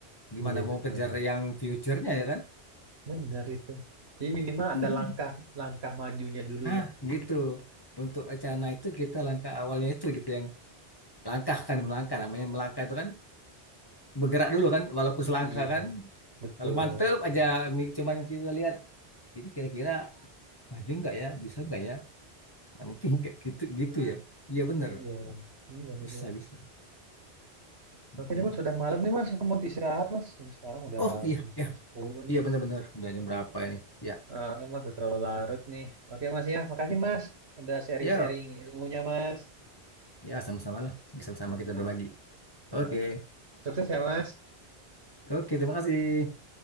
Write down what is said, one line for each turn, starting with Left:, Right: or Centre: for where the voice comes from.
Left: Gimana
Right: Iya
Left: mau
Right: betul.
Left: kejar yang future-nya ya kan?
Right: Benar itu. Jadi minimal
Left: <laughs>
Right: ada langkah langkah majunya dulu
Left: Ah,
Right: lah gitu.
Left: gitu. Untuk rencana itu kita langkah awalnya itu gitu yang langkah kan melangkah namanya melangkah itu kan bergerak dulu kan walaupun selangkah
Right: Iya.
Left: kan
Right: Betul.
Left: kalau mantep aja mi- cuman kita lihat jadi kira-kira maju nggak ya bisa nggak ya Nah, mungkin <laughs> kayak gitu gitu ya iya bener
Right: Iya,
Left: bro.
Right: iya gitu.
Left: bisa bisa
Right: Oke
Left: mm
Right: deh Mas, udah malam nih Mas. Aku mau istirahat Mas. Jam sekarang udah
Left: oh iya iya
Right: jam 10 nih.
Left: iya bener-bener udah jam berapa ini ya
Right: Ah, mas, udah terlalu larut nih. Oke Mas ya, makasih Mas. Udah sharing-sharing
Left: ya
Right: ilmunya Mas.
Left: ya sama-sama lah sama-sama
Right: Ya Mas.
Left: kita berbagi
Right: Ah,
Left: oke
Right: sukses ya Mas.
Left: oke terima kasih